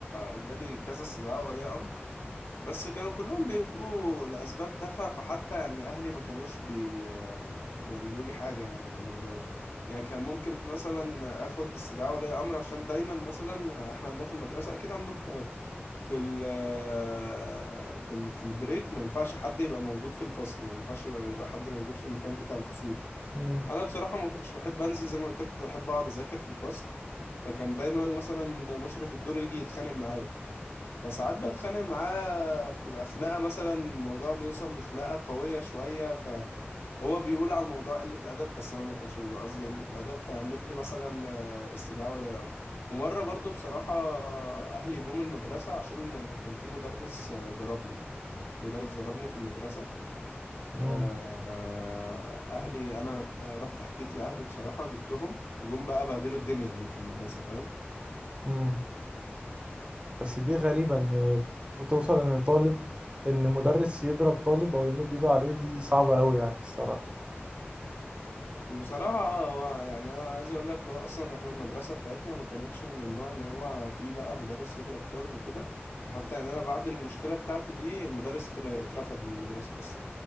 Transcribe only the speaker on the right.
امم
امم
امم بس دي غريبه ان بتوصل ان طالب ان مدرس يضرب طالب او يمد ايده عليه دي صعبه قوي يعني الصراحه